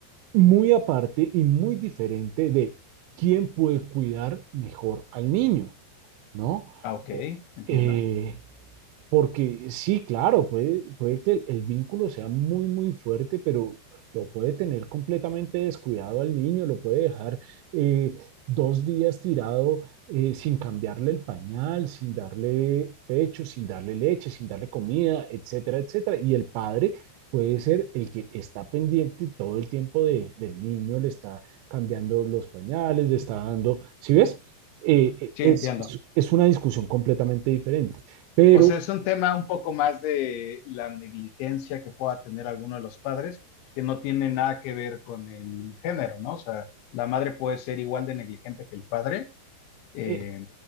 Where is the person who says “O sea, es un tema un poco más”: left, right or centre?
Left